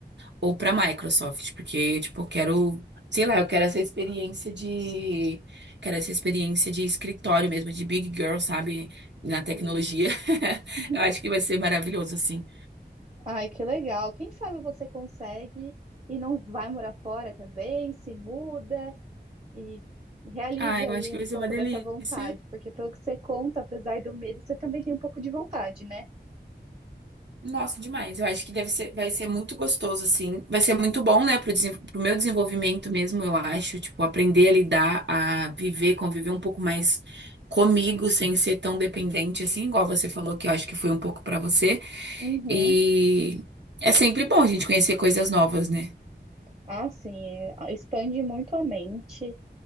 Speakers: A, on the right (about 85°); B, on the right (about 35°).
A: ou para Microsoft, porque tipo, eu quero, sei lá, eu quero essa experiência de, quero essa experiência de escritório mesmo, de big girl, sabe, na tecnologia. <laughs>
B: <laughs>
A: Eu acho que vai ser maravilhoso assim.
B: Ai, que legal. Quem sabe você consegue e não vai morar fora também, se muda e realiza
A: Ah, eu
B: aí
A: acho que
B: um
A: vai
B: pouco
A: ser uma delícia.
B: dessa vontade, porque pelo que você conta, apesar do medo, você também tem um pouco de vontade, né?
A: Nossa, demais. Eu acho que deve ser, vai ser muito gostoso assim. Vai ser muito bom, né, pro, desen- pro meu desenvolvimento mesmo, eu acho, tipo, aprender a lidar, a viver, conviver um pouco mais comigo sem ser tão dependente assim, igual você falou que eu acho que foi um pouco pra você.
B: Uhum.
A: E é sempre bom a gente conhecer coisas novas, né?
B: Ah, sim, é, a- expande muito a mente